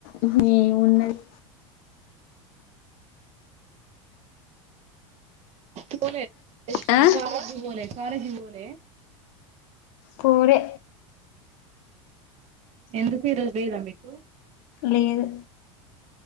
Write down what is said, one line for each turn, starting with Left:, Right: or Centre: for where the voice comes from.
Left: ఉహు ఏం ఉన్నది.
Right: పోలే కాలేజ్
Left: ఆ
Right: కి కాలేజీ కి బోలే కాలేజీ బోలే
Left: కోరే
Right: ఎందుకు ఈరోజు లేదా మీకు
Left: లేదు